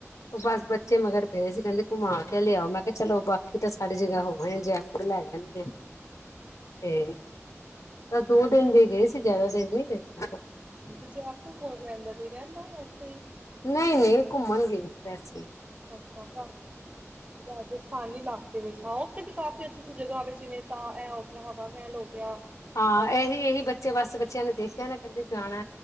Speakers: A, on the left; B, on the right.
A: ਉਹ ਬਸ ਬੱਚੇ ਮਗਰ ਪਏ ਸੀ ਕਹਿੰਦੇ ਘੁੰਮਾ ਕੇ ਲਿਆਓ ਮੈਂ ਕਿਹਾ ਚਲੋ ਬਾਕੀ ਤਾਂ ਸਡੀ ਜਗ੍ਹਾ ਹੋ ਜੈਪੁਰ ਲੈ ਜਾਂਦੇ ਆ ਤੇ ਤਾਂ ਦੋ ਦਿਨ ਲਈ ਗਏ ਸੀ ਜ਼ਿਆਦਾ ਦਿਨ ਨਹੀਂ ਗਏ।
B: ਅੱ ਤੇ ਜੈਪੁਰ ਕੌਣ ਰਹਿੰਦਾ ਕੋਈ ਰਹਿੰਦਾ ਵੈਸੇ ਹੀ
A: ਨਹੀਂ ਨਹੀਂ ਘੁੰਮਣ ਗਏ। ਦੱਸੀ
B: ਅੱਛਾ -ਅੱਛਾ ਰਾਜਸਥਾਨੀ ਇਲਾਕੇ ਵਿੱਚ ਹਾਂ ਉੱਥੇ ਤੇ ਕਾਫ਼ੀ ਅੱਛੀ ਜ ਜਗ੍ਹਾ ਵੇ ਜਿਵੇਂ ਤਾ ਐਂ ਹਵਾ ਮਹਿਲ ਹੋ ਗਿਆ।
A: ਹਾਂ
B: ਹੈਨਾ
A: ਇਹੀ -ਇਹੀ ਬੱਚੇ ਬਸ ਬੱਚਿਆਂ ਨੇ ਦੇਖਿਆ ਨਾ ਕਹਿੰਦੇ ਜਾਣਾ